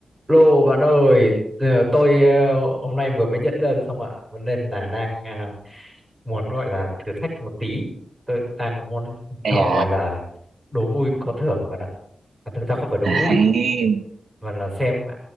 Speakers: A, on the right; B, on the right.
A: Lô bạn ơi, ờ, tôi ờ, hôm nay vừa mới nhận lương xong ạ, Cho nên là đang à, muốn gọi là thử thách một tí. Tôi đang muốn trò
B: Ây
A: gọi
B: da,
A: là đố vui có thưởng bạn ạ. À, thực ra không phải đố
B: hay.
A: vui, mà là xem